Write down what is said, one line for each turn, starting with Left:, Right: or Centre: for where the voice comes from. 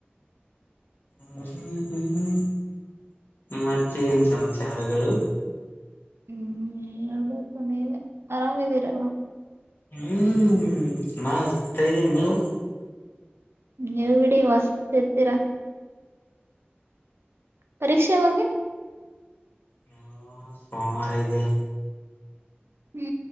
Left: ಹೂ ಹೂ ಉಹು ಮತ್ತೇ ಏನು ಸಮಾಚಾರಗಳು.
Right: ಹೂ ಹೇಳ್ಬೇಕು ನೀವೇ ಆರಾಮದಿರಲ್ವಾ.
Left: ಹೂ ಮಸ್ತ ಇದ್ದೀನಿ ನೀವು.
Right: ನೀವ್ ಬಿಡಿ ಮಸ್ತ್ ಇರ್ತೀರಾ. ಪರೀಕ್ಷೆ ಯಾವಗ.
Left: ಹೂ ಸೋಮವಾರ ಇದೆ.
Right: ಹೂ